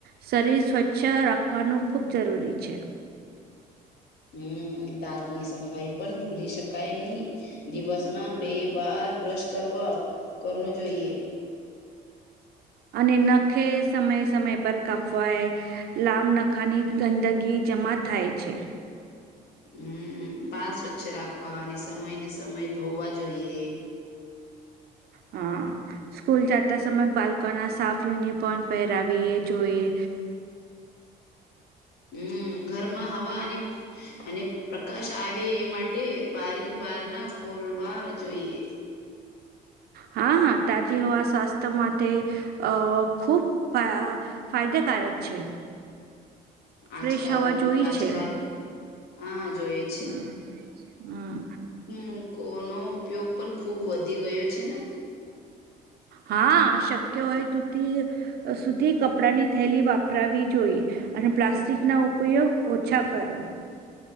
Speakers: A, on the right (about 65°); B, on the left (about 75°).
A: શરીર સ્વચ્છ રાખવાનું ખૂબ જરૂરી છે.
B: હમ દાંતની સફાઈ પણ ભૂલી શકાય નહી દિવસમાં બે વાર બ્રશ કરવા કરવુ જોઈએ.
A: અને નખે સમયે સમય પર કાપવાય લાંબ નખાની ગંદગી જમા થાય છે
B: હમ બાલ સ્વચ્છ રાખવા અને સમય ને સમય ધોવા જોઈએ
A: હ <unintelligible> સ્કૂલ જાતા સમય બાલકોના સાફ યુનિફોર્મ પહેરાવી એ જોઈએ
B: હમ ઘરમાં હવા અને અને પ્રકાશ આવે એ માટે માટે બારી બારણા ખોલવા જોઈએ.
A: હા હા તાજી હવા સ્વાસ્થ્ય માટે અ ખૂબ ફાયદેકારક છે
B: આજકાલ
A: ફ્રેશ હવા જોઈ
B: આજકાલ
A: છે
B: હા જોઈ
A: હમ હમ
B: મૂકો નો ઉપયોગ પણ ખુબ વધી ગયો છે ને
A: હા શક્ય હોય તુથી સુધી કપડાંની થેલી વાપરાવી જોઈએ. અને પ્લાસ્ટિકના ઉપયોગ ઓછા કરો.